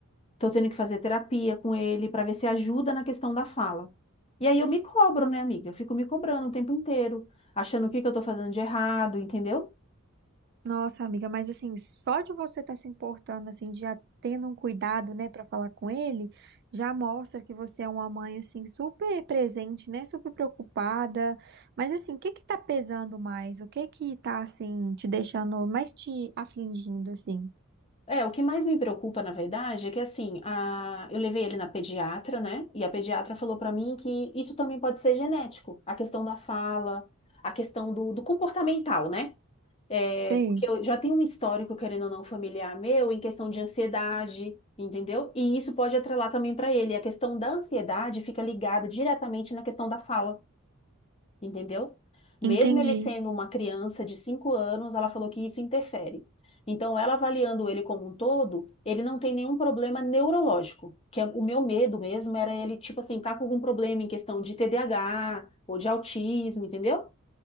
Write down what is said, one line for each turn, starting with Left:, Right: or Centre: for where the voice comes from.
Left: Tô tendo que fazer terapia com ele para ver se ajuda na questão da fala. E aí eu me cobro, né, amiga? Eu fico me cobrando o tempo inteiro, achando o que que eu tô fazendo de errado, entendeu?
Right: Nossa, amiga, mas assim, só de você estar se importando, assim, de já tendo um cuidado, né, pra falar com ele, já mostra que você é uma mãe, assim, super presente, né, super preocupada. Mas assim, o que que tá pesando mais? O que que tá, assim, te deixando mais te afligindo, assim?
Left: É, o que mais me preocupa, na verdade, é que assim, a... eu levei ele na pediatra, né? E a pediatra falou pra mim que isso também pode ser genético, a questão da fala, a questão do, do comportamental, né? É,
Right: Sei.
Left: porque eu já tenho um histórico, querendo ou não, familiar meu, em questão de ansiedade, entendeu? E isso pode atrelar também para ele. A questão da ansiedade fica ligada diretamente na questão da fala, entendeu? Mesmo
Right: Entendi.
Left: ele sendo uma criança de 5 anos, ela falou que isso interfere. Então, ela avaliando ele como um todo, ele não tem nenhum problema neurológico, que é- o meu medo mesmo era ele, tipo assim, tá com algum problema em questão de TDAH ou de autismo, entendeu?